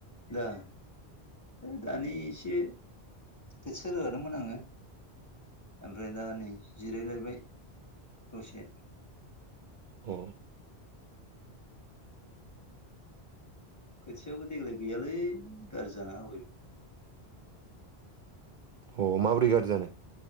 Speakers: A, on the left (about 15°); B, on the right (about 60°).
A: दा दानि एसे खोथिया रोगादोंमोन आङो। ओमफाय दा नै जिरायलायबाय दसे।
B: अ'
A: खोथियाबो देग्लाय गैयालै गाज्रि जाना होबाय।
B: अ' माबोरै गाज्रि जानाय?